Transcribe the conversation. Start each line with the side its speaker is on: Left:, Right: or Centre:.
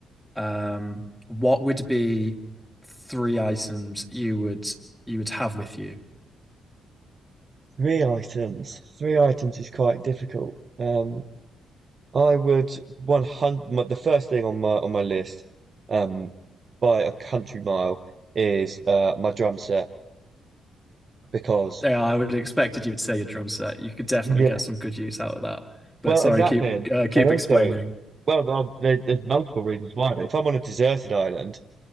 Centre: um, what would be three items you would you would have with you?
Right: Three items. Three items is quite difficult. Um, I would one hundred. The first thing on my on my list, um, by a country mile, is uh my drum set because
Centre: Yeah, I would have expected you would say your drum set. You could definitely
Right: yeah,
Centre: get some good use out of that. But
Right: well,
Centre: sorry,
Right: exactly,
Centre: keep
Right: and,
Centre: uh, keep
Right: and also,
Centre: explaining.
Right: well, there- there's there's multiple reasons why. But if I'm on a deserted island